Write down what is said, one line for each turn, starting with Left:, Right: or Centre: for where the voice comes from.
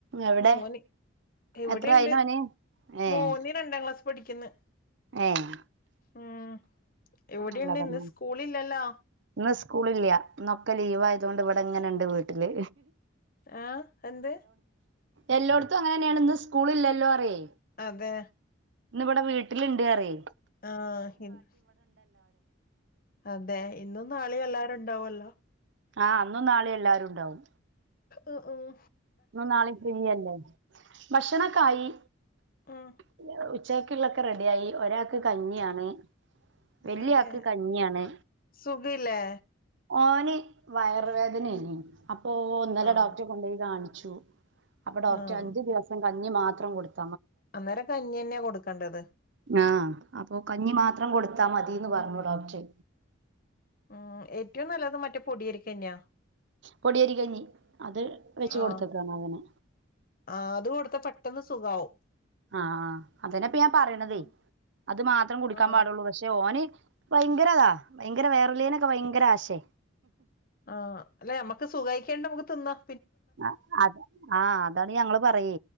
Right: എവിടെ
Left: മോന് എവിടെണ്ട്
Right: എത്ര ആയിണ് ഓന് ഏഹ്
Left: മോന് രണ്ടാം ക്ലാസ് പഠിക്ക്ന്ന്
Right: ഏഹ്
Left: ഊം ഇവിട്യിണ്ട്
Right: അല്ല പറഞ്ഞു
Left: ഇന്ന് സ്കൂള് ഇല്ലല്ലോ
Right: ഇന്ന് സ്കൂളില്ല ഇന്നൊക്കെ ലീവ് ആയതോണ്ട് ഇവിടെ ഇങ്ങനെണ്ട് വീട്ടില്
Left: ആഹ് എന്ത്
Right: എല്ലോട്ത്തും അങ്ങനെന്നേണ് ഇന്ന് സ്കൂള് ഇല്ലല്ലോ പറിയേ
Left: അതെ
Right: ഇന്നിവിടെ വീട്ടിലുണ്ട് അറയ്
Left: ആഹ് ഇന് അതെ ഇന്നും നാള എല്ലാരും ഇണ്ടാവല്ലോ
Right: ആ ഇന്നും നാളെയും എല്ലാരും ഉണ്ടാവും
Left: ആഹ് ആഹ്
Right: ഇന്നും നാളെയും ഫ്രീയല്ലേ ഭക്ഷണക്കായി
Left: ഉം
Right: <unintelligible> ഉച്ചക്കുള്ളൊക്കെ റെഡിയായി ഒരാൾക്ക് കഞ്ഞിയാണ് വല്യ
Left: അതെ
Right: ആക്ക് കഞ്ഞിയാണ്
Left: സുഖയില്ലേ
Right: ഓന് വയറ് വേദനയേനി അപ്പോ ഇന്നലെ
Left: ആഹ്
Right: ഡോക്ടറെ കൊണ്ടു പോയി കാണിച്ച് <unintelligible> അപ്പ ഡോക്‌ടറ്
Left: ആഹ്
Right: അഞ്ചു ദിവസം കഞ്ഞി മാത്രം കൊടുക്കു
Left: അന്നേരം കഞ്ഞിന്നെയാ കൊടുക്കണ്ടത്
Right: ആഹ് അപ്പൊ കഞ്ഞി മാത്രം കൊടുത്താ മതീന്ന് പറഞ്ഞു ഡോക്ടറെ
Left: ഉം ഏറ്റവും നല്ലത് മറ്റേ പൊടിയരിക്കഞ്ഞിയാ
Right: പൊടിയേരി കഞ്ഞി അത് വെച്ച്
Left: ആഹ്
Right: കൊടുത്തക്കാണ് അങ്ങനെ
Left: ആഹ് അത് കൊടുത്ത പെട്ടെന്ന് സുഖാവും
Right: ആഹ് ആഹ് അതാണിപ്പോ ഞാൻ പറയണതേ
Left: ആഹ്
Right: അത് മാത്രം കുടിക്കാൻ
Left: ആഹ്
Right: പാടുള്ളൂ പക്ഷെ ഓന് ഭയങ്കര അതാ ഭയങ്കര വേറലേനൊക്കെ ഭയങ്കര ആശെ
Left: ആഹ് അല്ല നമ്മക്ക് സുഖായി കയിഞ്ഞിട്ട് നമ്മക്ക് തിന്നാം
Right: ആ അത് ആഹ് അതാണ് ഞങ്ങള് പറയേ